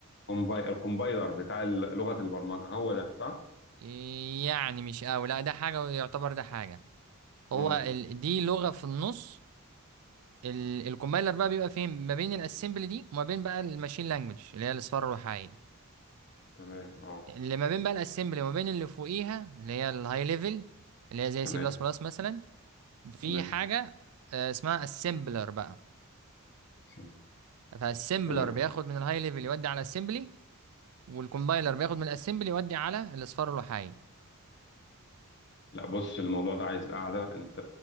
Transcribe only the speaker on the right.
يعني مش قوي لا ده حاجة ويعتبر ده حاجة
هو ال... دي لغة في النص ال... الكومبايلر بقى بيبقى فين ما بين الاسمبلي دي وما بين بقى الماشين لانجوج اللي هي الاصفار الوحايد
اللي ما بين بقى الاسمبلي وما بين اللي فوقيها اللي هي الهاي ليفل اللي هي زي
سي بلس بلس مثلا في
حاجة آه، اسمها اسمبلر بقى
فالاسمبلر
بياخد من الهاي ليفل يودي على الاسمبلي والكومبايلر بياخد من الاسمبلي يودي على الاصفار الوحايد